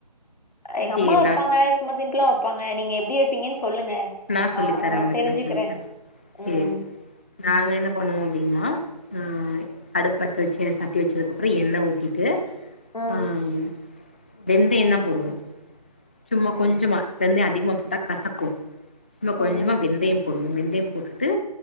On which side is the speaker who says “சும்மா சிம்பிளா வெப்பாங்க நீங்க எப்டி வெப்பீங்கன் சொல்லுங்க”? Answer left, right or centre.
Left